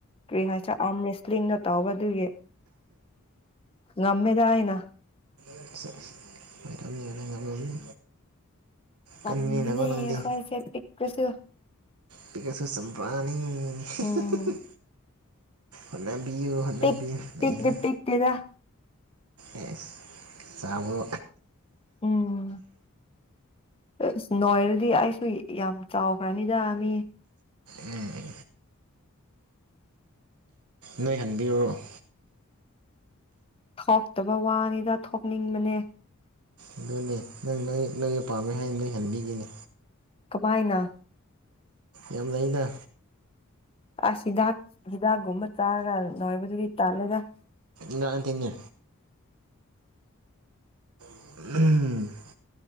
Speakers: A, on the left; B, on the right.
A: ꯀ꯭ꯔꯤ ꯍꯥꯏꯁꯤꯔ ꯑꯥꯝ ꯔꯦꯁꯂꯤꯡꯒ ꯇꯥꯎꯕꯗꯨꯏꯒꯤ ꯉꯝꯃꯦꯗ ꯑꯩꯅ
B: ꯑꯣꯏꯔꯝꯅꯤ ꯑꯣꯏꯔꯝꯅꯤ ꯉꯝꯃꯝꯅꯤ
A: ꯉꯝꯃꯤꯅꯦ
B: ꯀꯟꯕꯅꯤꯅꯀꯣ ꯅꯪꯗꯤ
A: ꯈꯣꯏ ꯁꯦ ꯄꯤꯛꯄꯁꯨ
B: ꯄꯤꯛꯑꯁꯨ ꯆꯝꯄ꯭ꯔꯥꯅꯤ ꯍꯤ ꯍꯤ
A: ꯎꯝ
B: ꯑꯣꯂꯦꯝ ꯕꯤꯌꯨ ꯍꯣꯠꯅꯕꯤꯌꯨ
A: ꯄꯤꯛ ꯄꯤꯛꯇꯤ
B: ꯑꯩ
A: ꯄꯤꯛꯇꯦꯗ
B: ꯑꯦꯁ ꯆꯥꯎꯕ꯭ꯔꯣ
A: ꯎꯝ ꯑꯁ ꯅꯣꯏꯔꯗꯤ ꯑꯩꯁꯨ ꯌꯥꯝ ꯆꯥꯎꯒ꯭ꯔꯅꯤꯗ ꯃꯤ
B: ꯎꯝ ꯎꯝ ꯅꯣꯏ ꯍꯟꯕꯤꯔꯨꯔꯣ
A: ꯊꯣꯛꯇꯕ ꯋꯥꯅꯤꯗ ꯊꯣꯛꯅꯤꯡꯕꯅꯦ
B: ꯑꯗꯨꯅꯦ ꯅꯪ ꯅꯪ ꯅꯪꯅ ꯄꯥꯝꯃꯦ ꯍꯥꯏꯕꯩ ꯍꯥꯏꯕꯤꯔꯤꯅꯦ
A: ꯀꯃꯥꯏꯅ
B: ꯌꯥꯝ ꯂꯩꯅ
A: ꯑꯁ ꯍꯤꯗꯥꯛ ꯍꯤꯗꯥꯛꯒꯨꯝꯕ ꯆꯥꯔ ꯅꯣꯢꯦꯕꯗꯨꯗꯤ ꯇꯜꯂꯦꯗ
B: ꯅꯛꯑꯗꯤꯅꯦ ꯍꯝ